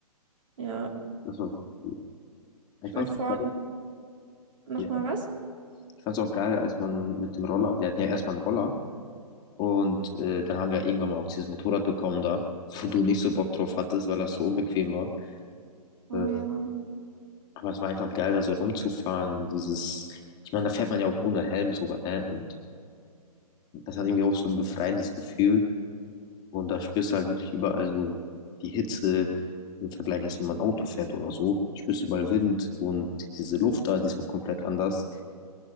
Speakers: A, on the right (about 55°); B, on the left (about 20°).
A: Ja.
B: Das war schon cool. Ich
A: Ich habe
B: fand's
A: mir vorhin
B: auch geil,
A: noch
B: ja.
A: mal was.
B: Ich fand's auch geil, als man mit dem Roller, wir hatten ja erstmal einen Roller und äh, dann haben wir irgendwann mal auch dieses Motorrad bekommen da, wo du nicht so Bock drauf hattest, weil das so unbequem war.
A: Oh
B: Äh,
A: ja.
B: aber es war einfach geil, da so rumzufahren, dieses, ich meine, da fährt man ja auch ohne Helm sogar, ne? Und das hat irgendwie auch so ein befreiendes Gefühl Und da spürst du halt wirklich überall so die Hitze im Vergleich, als wenn man Auto fährt oder so. Spürst überall Wind und diese Luft da, die ist auch komplett anders.